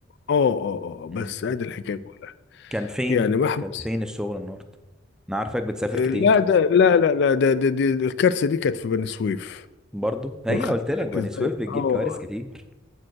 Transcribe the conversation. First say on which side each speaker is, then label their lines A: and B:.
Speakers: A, on the left (about 55°); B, in the centre.
A: اه اه اه آه، بس
B: امم
A: ادي الحكايه كلها
B: كان فين
A: يعني محبس
B: كان فين الشغل النهارده انا عارفك بتسافر
A: لا
B: كتير
A: ده لا لا لا ده, ده, ده الكارثه دي كانت في بني سويف
B: برضو هي
A: واخد
B: قلت لك
A: بالك
B: بني
A: ازاي
B: سويف بتجيب
A: اه
B: كوارث كتير